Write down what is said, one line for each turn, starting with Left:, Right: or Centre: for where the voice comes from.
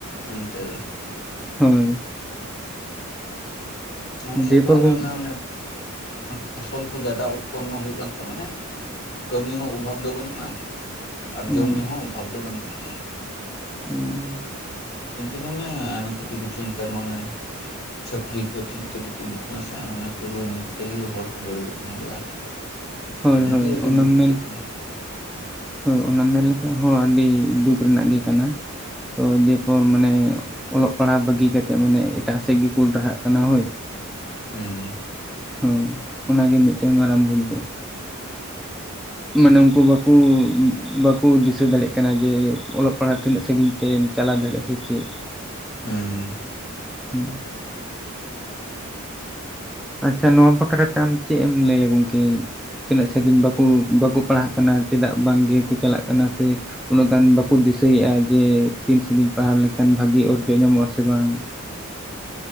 Left: ᱦᱩᱸ ᱞᱟᱹᱭ ᱵᱮᱱ <unintelligible>
Centre: ᱦᱳᱭ
Left: ᱟᱞᱮ ᱥᱮᱫ
Centre: ᱫᱤᱭᱮᱯᱚᱨ
Left: ᱫᱚ ᱚᱱᱮ
Centre: ᱜᱚᱢᱠᱮ
Left: ᱚᱱᱮ ᱚᱱᱮ ᱯᱷᱚᱥᱚᱞ ᱠᱚ ᱡᱟᱫᱟ ᱩᱫᱯᱚᱱᱱᱚ ᱦᱩᱭᱩᱜ ᱠᱟᱱᱛᱮ ᱢᱟᱱᱮ ᱠᱟᱹᱢᱤ ᱦᱚᱸ ᱚᱵᱷᱟᱵᱽ ᱫᱚ ᱵᱟᱹᱱᱩᱜᱼᱟ ᱟᱨ
Centre: ᱦᱩᱸ
Left: ᱡᱚᱢ ᱧᱩ ᱦᱚᱸ ᱚᱵᱷᱟᱵᱽ ᱫᱚ ᱵᱟᱹᱱᱩᱜ ᱛᱟᱞᱮᱭᱟ
Centre: ᱦᱩᱸ
Left: ᱠᱤᱱᱛᱩ ᱠᱷᱚᱱᱮ ᱠᱤᱪᱩ ᱠᱤᱪᱩ ᱛᱟᱨ ᱢᱟᱱᱮ ᱪᱷᱟᱹᱯᱟᱹᱨᱤ ᱠᱚ ᱪᱮᱫ ᱛᱮᱠᱚ ᱩᱰᱩᱠ ᱟᱠᱟᱱᱟ ᱥᱮ ᱚᱱᱮ ᱯᱟᱹᱨᱣᱟᱹ ᱧᱩ ᱠᱟᱛᱮ ᱜᱮ ᱦᱚᱲ ᱠᱚ ᱵᱟᱹᱲᱤᱡᱚᱜ ᱠᱟᱱᱟ ᱟᱹᱰᱤ ᱟᱸᱴ
Centre: ᱦᱳᱭ
Left: ᱤᱱᱟᱹᱜᱮ
Centre: ᱦᱳᱭ
Left: ᱟᱹᱰᱤ
Centre: ᱚᱱᱟᱢ
Left: ᱫᱩᱠ ᱟᱹᱭᱠᱟᱹᱜ
Centre: ᱢᱮᱱ
Left: ᱠᱟᱱᱟ
Centre: ᱦᱳᱭ ᱚᱱᱟ ᱢᱮᱱ ᱞᱮᱠᱷᱟᱡ ᱦᱚᱸ ᱟᱹᱰᱤ ᱫᱩᱠ ᱨᱮᱱᱟᱜ ᱜᱮ ᱠᱟᱱᱟ ᱛᱚ ᱫᱤᱭᱯᱚᱨ ᱢᱟᱱᱮ ᱚᱞᱚᱜ ᱯᱟᱲᱦᱟᱜ ᱵᱟᱹᱜᱤ ᱠᱟᱛᱮᱫ ᱢᱟᱱᱮ ᱮᱴᱟᱜ ᱥᱮᱫ ᱜᱮᱠᱚ ᱰᱟᱨᱦᱟᱜ ᱠᱟᱱᱟ ᱦᱳᱭ᱾
Left: ᱦᱮᱸ
Centre: ᱦᱳᱸᱭ ᱚᱱᱟᱜᱮ ᱢᱤᱫᱴᱮᱱ ᱢᱟᱨᱟᱝ ᱵᱷᱩᱞ ᱫᱚ᱾ ᱢᱟᱱᱮ ᱩᱱᱠᱩ ᱵᱟᱠᱩ ᱵᱟᱠᱩ ᱫᱤᱥᱟᱹ ᱫᱟᱲᱭᱟᱜ ᱠᱟᱱᱟ ᱡᱮ ᱚᱞᱚᱜ ᱯᱟᱲᱦᱟᱜ ᱛᱤᱱᱟᱹᱜ ᱥᱟᱹᱜᱤᱧ ᱛᱮᱢ ᱪᱟᱞᱟᱣ ᱫᱟᱲᱮᱭᱟᱜᱼᱟ ᱥᱮ ᱪᱮᱫ᱾
Left: ᱦᱮᱸ
Centre: ᱦᱮᱸ <inaudible> ᱟᱪᱪᱷᱟ ᱱᱚᱣᱟ ᱵᱟᱠᱷᱨᱟᱛᱮ ᱟᱢ ᱪᱮᱫ ᱮᱢ ᱞᱟᱹᱭᱟ ᱜᱚᱝᱠᱮ? ᱛᱤᱱᱟᱹᱜ ᱥᱟᱺᱜᱤᱧ ᱵᱟᱠᱚ ᱵᱟᱠᱚ ᱯᱟᱲᱦᱟᱜ ᱠᱟᱱᱟ ᱪᱮᱫᱟᱜ ᱵᱟᱝ ᱜᱮᱠᱚ ᱪᱟᱞᱟᱜ ᱠᱟᱱᱟ ᱥᱮ ᱩᱱᱟᱹᱜ ᱜᱟᱱ ᱵᱟᱠᱚ ᱫᱤᱥᱟᱹᱭᱮᱼᱟ ᱡᱮ ᱛᱤᱱ ᱥᱟᱜᱤᱧ ᱯᱟᱲᱦᱟᱣ ᱞᱮᱱᱠᱷᱟᱱ ᱵᱷᱟᱜᱤ ᱚᱨᱡᱚ ᱧᱟᱢᱚᱜ ᱟᱥᱮ ᱵᱟᱝ᱾